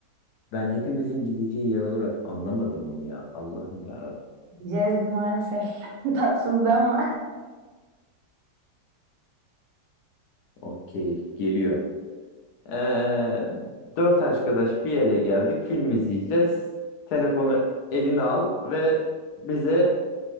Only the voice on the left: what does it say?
Ben hepimizin gideceği yer olarak anlamadım onu ya. Allah'ım ya Rabbim.
Okey. Geliyor. Ee, dört arkadaş bir yere geldik. Film izleyeceğiz. Telefonu eline al ve bize